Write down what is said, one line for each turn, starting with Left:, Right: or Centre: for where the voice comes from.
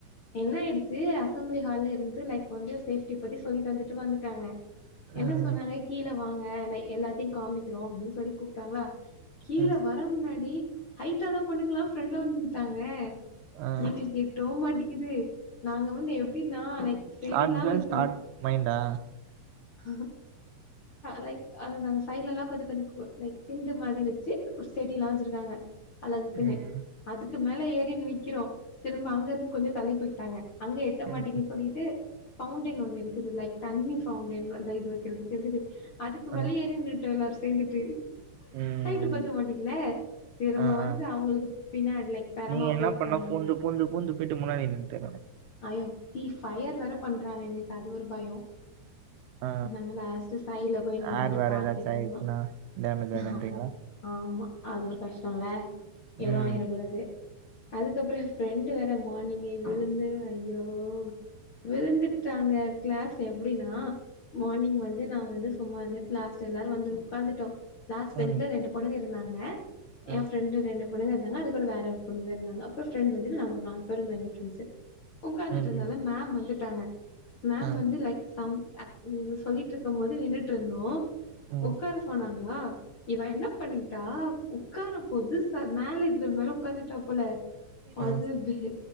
Left: என்ன ஆயிடுச்சு அசம்பளி ஹால்ல இருந்து லைக் வந்து சேஃப்டி பத்தி சொல்லி தந்துட்டு வந்துட்டாங்க
Right: ம்,
Left: என்ன சொன்னாங்க கீழ வாங்க எல்லாத்தையு காமிக்கிறோ அப்டின்னு சொல்லி கூப்ட்டாங்ளா கீழ
Right: ம்.
Left: வ வர முன்னாடி ஹைட்டனா பொண்ணுங்கள்ளா ப்ரெண்ட்ல வந்து நின்ட்டாங்க
Right: ஆ
Left: எங்களுக்கு எட்டோ மாட்டிக்குது நாங்க வந்து எப்டினா லைக் செடில்லா
Right: ஷார்ட் கேர்ள்
Left: வெக்கற
Right: ஷார்ட் மைண்டா
Left: ஹ லைக் அ நாங்க சைடுல எல்லா கொஞ்ச கொஞ்ச கு லைக் திண்டு மாறி வெச்சு ஒரு செடி எல்லா வெச்சிருக்காங்க அழகுக்குன்னு
Right: ம் ம்
Left: அதுக்கு மேல ஏறி நிற்கிறோ திரும்ப அங்க இருந்து கொஞ்சோ தள்ளி போயிட்டாங்க அங்க எட்ட
Right: ம்,
Left: மாட்டீகுது
Right: ம்.
Left: சொல்லிட்டு பவுன்டேன் ஒன்னு இருக்குது லைக் தண்ணிஃப் பவுண்டேன் அந்த இது வெக்கிறதுக்கு இருக்குது அதுக்கு
Right: ஆ.
Left: மேலே எறி நின்னுட்டோ எல்லாரு சேந்துட்டு
Right: ம்
Left: ஹைட்டு பத்த
Right: ம்
Left: மாட்டிக்கிள திரும்ப
Right: ஆ
Left: வந்து
Right: ஆ
Left: அவுங்களுக்கு பின்னா லைக் தரமா
Right: நீங்க என்ன
Left: போய் உக்காந்து
Right: பண்ணா பூந்து
Left: இந்த
Right: பூந்து பூந்து பேயிட்டு முன்னாடி நின்னுட்டு இருக்கான்
Left: அய்யோ தீ ஃபயர் வேற பண்றாங்க எங்களுக்கு அது ஒரு பயோ
Right: ஆ
Left: நாங்க லாஸ்ட்டு சைடுல போய் நின்னுட்டு
Right: ஆ ஏர் வேற
Left: பாத்துட்டு
Right: ஏதாச்சு ஆயிடுச்சுன்னா
Left: ஆமா
Right: டேமேஜ் ஆயிடுன்றீங்களா
Left: ஹமாம் ஆமா அது ஒரு கஷ்டோல்ல எதுவு
Right: ம்
Left: ஆகிர கூடாது அதுக்கப்றோ என் ஃப்ரெண்டு வேற மார்னிங்கே விழுந்து அய்யோ விழுந்தி ட்டாங்க கிளாஸ்ல எப்டின்னா மார்னிங் வந்து நா வந்து சும்மா இந்துட்டு கிளாஸ் எல்லாரு வந்து உக்காந்துட்டோ லாஸ்ட்
Right: ம்
Left: பெஞ்சில ரெண்டு பொண்ணுங்க இருந்தாங்க
Right: ம்
Left: என் ஃப்ரெண்டு ரெண்டு பொண்ணுங்க இருந்தாங்க அது கூட வேற பொண்ணுங்க இருந்தாங்க அப்றோ ஃபிரண்ட் பெஞ்சுல நாங்க ஒரு நால் பேர் இருந்தாங்க ஃபிரண்ட்ஸ் உக்காந்துட்டு
Right: ம்
Left: இருந்தால
Right: ம்
Left: மேம் வந்துட்டாங்க மேம்
Right: ஆ
Left: வந்து லைக் சம் அக் ம் இந்து சொல்லிட்டு இருக்கும்போது நின்னுட்டு இருந்தோ
Right: ம்
Left: உக்கார சொன்னாங்ளா இவ என்ன பண்ணிட்டா உக்காரும்போது ச மேல இதுல மேல உக்காந்துட்டா போல
Right: ஆ
Left: அது பே